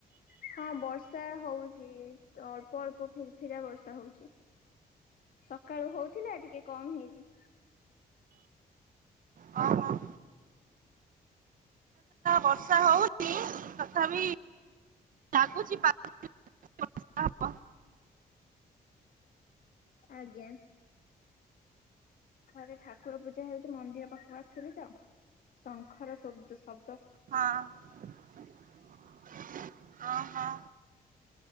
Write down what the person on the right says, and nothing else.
ହଁ ହ। ବର୍ଷା ହଉଛିି ତଥାପି ଲାଗୁଛି ପା ବର୍ଷା ହବ।
ହଁ-ହଁ-ହଁ